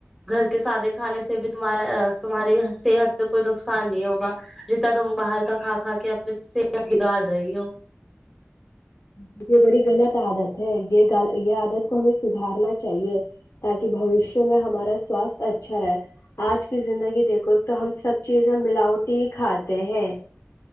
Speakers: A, in the centre; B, on the left.
A: گھر کے سادے کھانے سے بھی تمہارا تمہاری صحت پہ کوئی نقصان نہیں ہوگا ریتا تم باہر کا کھا کھا کے اپنی صحت بگاڑ رہی ہو
B: لیکن یہ بڑی غلط عادت ہے یہ یہ عادت کو ہمیں سدارنا چاہیے تاکہ بوشیہ ہمارا سوستھ اچھا رہے آج کی زندگی دیکھو تو ہم سب چیزیں ملاوٹی کھاتے ہیں